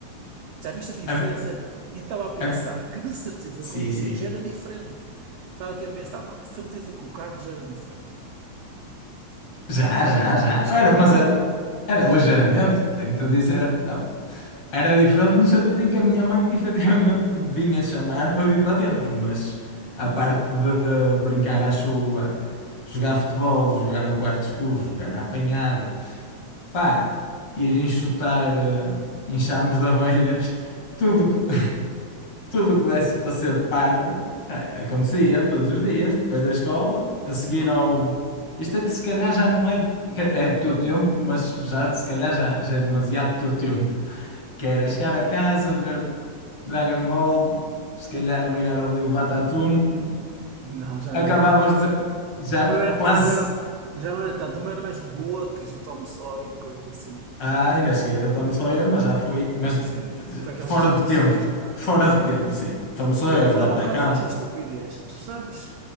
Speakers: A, on the right; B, on the left.
A: Já viste a diferença?
B: Ah,
A: E estava a pensar
B: ah,
A: que de certeza
B: sim,
A: contigo
B: sim.
A: já era diferente. Estava aqui a pensar, pá, que de certeza que o Carlos já era diferente.
B: Já,
A: Eu, é,
B: já, já.
A: já
B: Era,
A: era
B: mas
A: diferente,
B: era, era ligeiramente, tenho-te a dizer. tá? Era diferente no sentido em que a minha mãe <laughs> efetivamente me vinha chamar para vir para dentro, mas a parte
A: certo?
B: de brincar à chuva, jogar futebol, jogar ao quarto escuro, jogar à apanhada, pá, ir enxotar eh, enxames de abelhas, tudo, co- <laughs> Tudo o que desse para ser parvo, eh, acontecia todos os dias, depois da escola, a seguir
A: Ah,
B: ao.
A: claro.
B: Isto é que se calhar já não é, que é do teu tempo, mas já, se calhar já, já é demasiado do teu tempo. Que era chegar a casa, ver Dragon Ball, se calhar ligar ali o Batatune,
A: Não, já
B: acabavas
A: não era. O meu, o meu,
B: de, já
A: o meu era,
B: quase.
A: o meu era- já não era tanto, o meu era mais o Bocas e o Tom Sawyer e coisas assim.
B: Ah, ainda cheguei a ver Tom Sawyer, mas já foi, mas
A: Sim, foi aquelas
B: fora
A: repetições
B: de tempo,
A: que dava,
B: fora
A: sim.
B: de tempo, sim. Tom Sawyer,
A: E olha, fala,
B: D'Artagnan.
A: há bocado falaste em estupidez. Tu sabes,